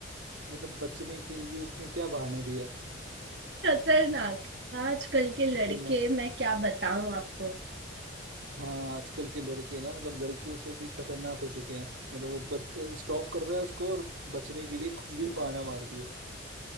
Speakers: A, on the right (about 85°); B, on the right (about 55°).
A: मतलब बचने के लिए उसने क्या बहाना दिया
B: खतरनाक आजकल के लड़के
A: खतरनाक
B: मैं क्या बताऊं आपको
A: हाँ आजकल के लड़के ना मतलब लड़कियों से भी खतरनाक हो चुके हैं मतलब वो बच स्टॉक कर रहा है उसको और बचने के लिए कुछ भी बहाना मार दिया